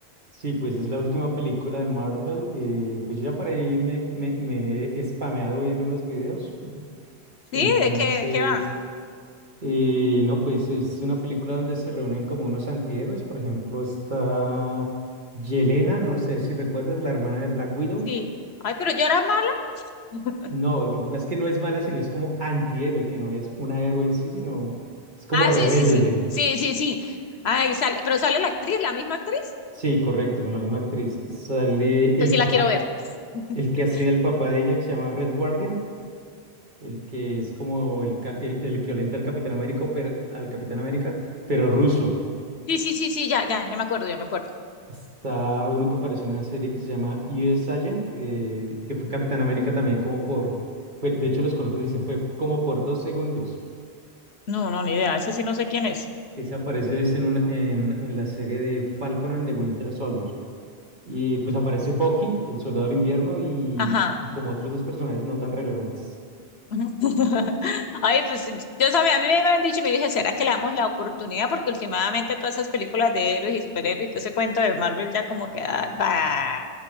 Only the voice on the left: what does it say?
Sí,
¿de qué, de qué va?
Sí. Ay, pero yo era mala. <laughs>
Ah,
sí, sí, sí. Sí, sí, sí. Ay, sale, pero sale la actriz, la misma actriz.
Entonces
sí
la quiero ver. <laughs>
Sí, sí, sí, sí, ya, ya, ya me acuerdo, ya me acuerdo.
No, no, ni idea. Ese sí no sé quién es.
Ajá.
<laughs> Ay, pues sí, yo sabía, a mí me habían dicho y me dije, ¿será que le damos la oportunidad? Porque últimamente todas esas películas de héroes y superhéroes y todo ese cuento de Marvel ya como que, ah, bah,